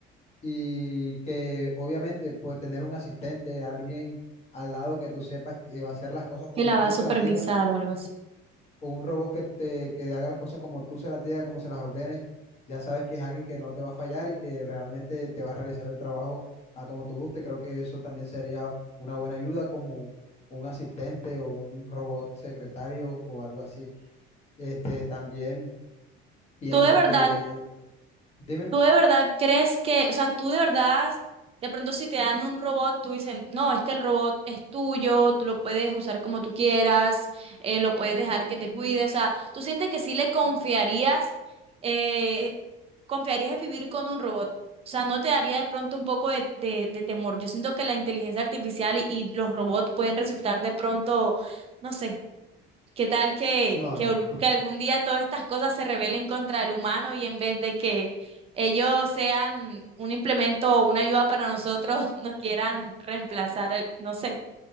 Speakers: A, on the left; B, on the right.
A: y que obviamente pues tener un asistente, alguien al lado que tú sepas que va a hacer las cosas como
B: Que la
A: tú
B: va a
A: se
B: supervisar
A: las digas
B: o algo así.
A: o un robot que te que haga las cosas como tú se las digas, como se las ordenes, ya sabes que es alguien que no te va a fallar y que realmente te va a realizar el trabajo a como tú guste. Creo que eso también sería una buena ayuda como un asistente o un robot secretario o algo así. Este, también pienso
B: ¿Tú de verdad
A: que, dime,
B: ¿Tú de verdad crees que, o sea, tú de verdad, de pronto si te dan un robot, tú dices, no, este el robot es tuyo, tú lo puedes usar como tú quieras, eh, lo puedes dejar que te cuide, o sea, ¿tú sientes que sí le confiarías, eh, confiarías en vivir con un robot? O sea, ¿no te daría de pronto un poco de, de, de temor? Yo siento que la inteligencia artificial y, y los robots pueden resultar de pronto, no sé. ¿Qué tal que,
A: no,
B: que,
A: no, no,
B: que
A: <laughs>
B: algún día todas estas cosas se rebelen contra el humano y en vez de que ellos sean un implemento o una ayuda para nosotros, <laughs> nos quieran reemplazar? al- No sé,